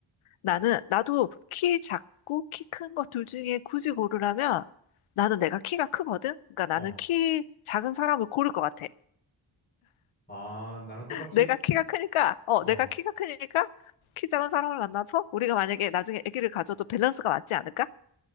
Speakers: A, on the left; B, on the left.
A: 나는, 나도 키 작고 키 큰 것 둘 중에 굳이 고르라면 나는 내가 키가 크거든? 그러니까 나는
B: 어.
A: 키 작은 사람을 고를 것 같아.
B: 아, 나랑 똑같이?
A: 내가 키가 크니까, 어,
B: 어.
A: 내가 키가 크니까 키 작은 사람을 만나서 우리가 만약에 나중에 아기를 가져도 밸런스가 맞지 않을까?